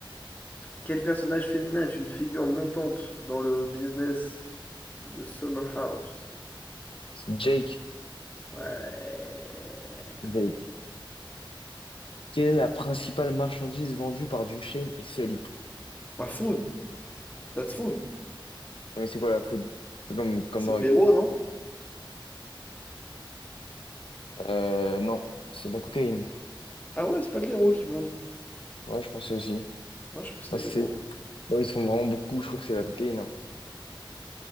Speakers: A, on the left; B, on the left.
A: Quel personnage féminin est une figure montante dans le business de Summer House?
B: Jake,
A: Ouais.
B: Jake. Quelle est la principale marchandise vendue par Duchesne et Sully?
A: Bah, food. That's food.
B: Ouais, Mais c'est quoi la food? C'est comme, comme
A: C'est
B: drogue.
A: de l'héros, non?
B: Euh, non, c'est de la cocaïne.
A: Ah ouais, c'est pas de l'héros qui vendent.
B: Ouais, je pensais aussi.
A: Ah, je crois que c'était
B: Moi,
A: de l'héros.
B: Là où ils sont vraiment beaucoup, je crois que c'est la cocaïne. hein.